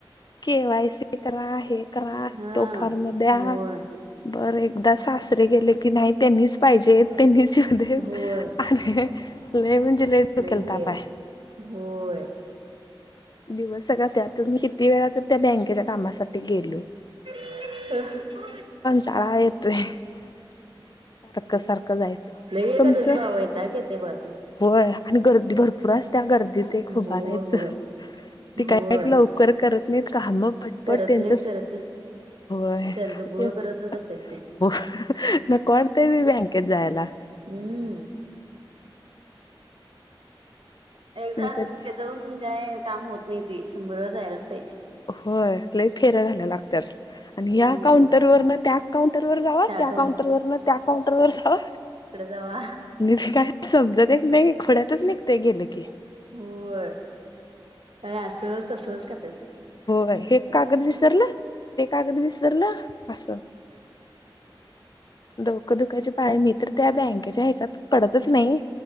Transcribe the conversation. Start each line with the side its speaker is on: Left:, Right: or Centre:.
Left: केवाय स करा आहे करा
Right: हा
Left: तो फारम म द्या
Right: होय
Left: बर एकदा सासरे गेले की नाही त्यांनीच पाहिजे त्यांनी शधेव
Right: होय
Left: आणि लमण जे ल
Right: लई
Left: केलतापय
Right: हे आहे होय
Left: दिवस का त्यात म किती वेळा तर त्या बँकेच्या कामासाठी गेलो
Right: ह
Left: तळााेत सारखं सारखं जायचं
Right: लई एखादच
Left: तुमचं
Right: भावा वैताग येतोय बघा ते
Left: वय आणि गर्दी भरपूर अस त्या गर्दीत एक उभारायचं
Right: होय होय
Left: त
Right: होय
Left: काही लवकर करत नाहीत काम पटपट
Right: करत
Left: त्यांच
Right: नाहीत करत नाहीत
Left: होय
Right: त्यांचं घोळ
Left: ते हो
Right: करतच बसतात ते
Left: मग कोणत मी बँकेत जायला
Right: हम्म एकदा
Left: मी कधी
Right: जाऊन काय काम होत नाही ते शंभर वेळा जायलाच पाहिजे
Left: होय ल फेऱ्या झाल्या लागतात आणि या
Right: होय
Left: काउंटरवरन त्या काउंटरवर जाव
Right: टाकम
Left: त्या काउंटर वन त्या काउंटरवर जाव
Right: अवा
Left: निी ते काही समजत नाही खोड्यातच निघते गेले की
Right: होय अरे असंच तंच का
Left: हो का हे कागद विसरलं ते कागद विसरलं अस डोक दुखाचे पाय मी तर त्या बँकेच्या हात पडतच नाही